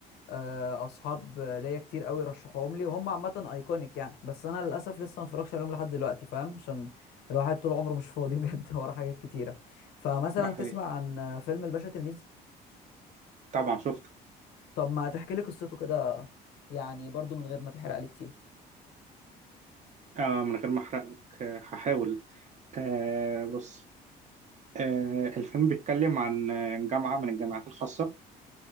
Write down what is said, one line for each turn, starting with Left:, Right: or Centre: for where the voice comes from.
Left: آه، اصحاب ليا كتير قوي رشحوهم لي وهم عامة ايكونيك يعني بس انا للاسف لسه ما اتفرجش عليهم لحد دلوقتي فاهم عشان الواحد طول عمره مش فاضي بجد <laughs> ورا حاجات كتيرة فمثلا
Right: ده حقيقي
Left: تسمع عن آه، فيلم الباشا تلميذ
Right: طبعا شفته
Left: طب ما تحكي لي قصته كده يعني برضو من غير ما تحرق لي كتير
Right: آه، من غير ما أحرق لك آه، هحاول آه، بص آه، الفيلم بيتكلم عن آه، جامعة من الجامعات الخاصة